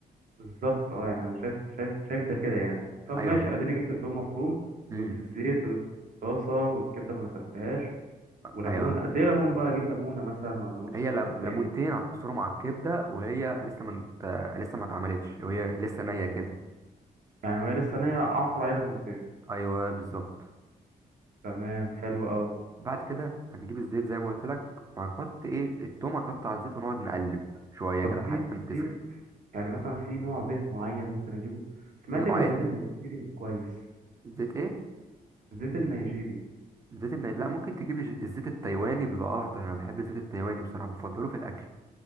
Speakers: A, on the right; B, on the right.
A: بالظبط اه يعني انا شايف شايف شايف ده كده يعني طب
B: ايوه
A: ماشي اديني جبت التوم مفروم
B: امم
A: وجبت الزيت وجبت الطاسه والكبده ما غسلتهاش وليمون
B: ايوه
A: قد ايه ليمون بقى اجيب ليمونه مثلا ولا نص
B: هي لم-
A: ولا
B: ليمونتين
A: ايه
B: هتعصرهم على الكبده وهي لسه ما مت... لسه ما اتعملتش وهي لسه نيه كده
A: يعني وهي لسه نيه اعصر عليه ليمونتين
B: ايوه بالظبط
A: تمام حلو قوي
B: بعد كده هنجيب الزيت زي ما قلت لك وهنحط ايه التوم هنحطه على الزيت ونقعد نقلب شويه
A: طب
B: كده لحد
A: في
B: ما تسخن
A: في يعني مثلا في نوع زيت معين ممكن اجيبه سمعت
B: في نوع
A: ان الزيت
B: ايه
A: النيجيري كويس
B: زيت ايه
A: الزيت النيجيري
B: زيت الني... لا ممكن تجيب الج- الزيت التايواني بيبقى افضل انا بحب الزيت التايواني بصراحه بفضله في الاكل